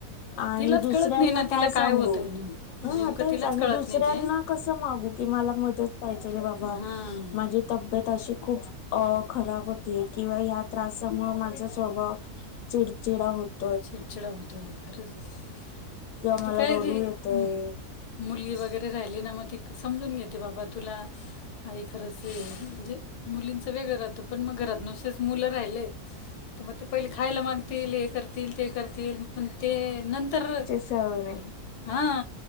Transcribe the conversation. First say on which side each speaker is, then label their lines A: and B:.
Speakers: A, on the left; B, on the left.
A: आणि
B: तिलाच
A: दुसऱ्यांना
B: कळत नाही ना
A: काय
B: तिला
A: सांगू
B: होतंय नेमकं
A: ह,
B: नेमकं
A: तेच
B: तिलाच
A: आणि
B: कळत
A: दुसऱ्यांना
B: नाही ते
A: कसं कसं मागू की, मला मदत पाहिजेल ये बाबा
B: हां
A: माझी तब्येत अशी खूप अ खराब होतीय, किंवा या त्रासामुळे माझा स्वभाव चिडचिडा होत
B: चिडचिडा होतोय खरंच, हो
A: किंवा मला
B: ते काय
A: रडू येतोय
B: <unintelligible> मुलगी वगैरे राहिली ना, मग ती समजून घेते बाबा तुला आई खरंच म्हणजे मुलींच वेगळ राहत पण, मग घरात नुसेच मुल राहिले. तर, मग ते पहिले खायला मागतील हे करतील ते करतील पण ते नंतर
A: चव नाही.
B: हा,